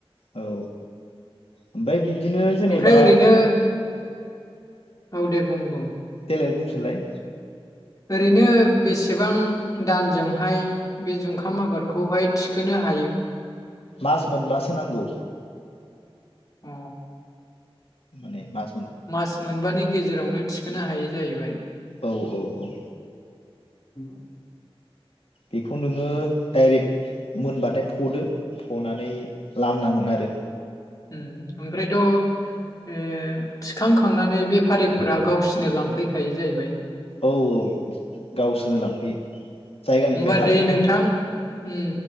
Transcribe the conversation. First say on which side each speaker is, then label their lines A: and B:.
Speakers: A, on the left (about 75°); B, on the left (about 35°).
A: औ ओमफ्राय बिदिनो जेनेबा
B: ओमफ्राय ओरैनो औ दे बुं बुं।
A: देलाय बुंफिनलाय
B: ओरैनो बेसेबां दानजोंहाय बे जुंखाम आबादखौहाय थिखोनो हायो?
A: मास मोनबासो नांगौ।
B: अ।
A: माने मा
B: मास मोनबानि गेजेरावनो थिखोनो हायै जाहैबाय।
A: औ औ औ।
B: औ।
A: बेखौ नोङो डाइरेक्ट मोनबाथाय फदो, फनानै लामनांगोन आरो।
B: उम ओमफ्रायथ' थिखांखांनानै बेफारिफोरा गावसिनो लांफैखायो जाहैबाय।
A: औ औ गावसोरनो लांफैयो जायगानिफ्रायनो
B: होमबा
A: लांफैगोन
B: दैे नोंथां उम,